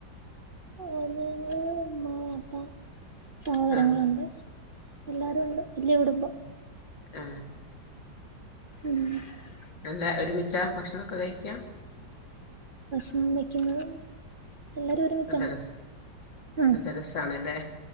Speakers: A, on the right; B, on the left.
A: ഒന്നമ്മ അപ്പാ സഹോദരങ്ങളുണ്ട്
B: ആഹ്
A: എല്ലാവരും ഉണ്ട് വലിയ കുടുംബം
B: ആ
A: ഉം <unintelligible>
B: നല്ല ഒരുമിച്ച ഭക്ഷണം ഒക്കെ കഴിക്കാ
A: അമ്മയ്ക്കിന്നു എല്ലരും ഒരുമിച്ച,
B: നല്ല രസ
A: ആ
B: നല്ല രസാണല്ലേ